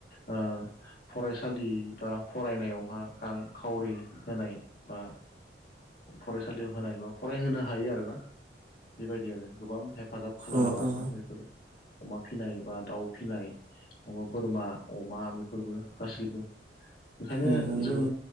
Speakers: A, on the left; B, on the right.
A: ओ फरायसालि बा फरायनायावहा रांखावरि होनाय बा फरायसालियाव होनाय बा फरायहोनो हायो आरोना बेबायदि आरो। गोबां हेफाजाब खालामो
B: अ
A: आरोना
B: अ
A: बेफोर। अमा फिनाय एबा दाउ फिनाय बोरमा, अमा बेफोरबो गासिबो। बेखायनो
B: नंगौ नंगौ
A: जों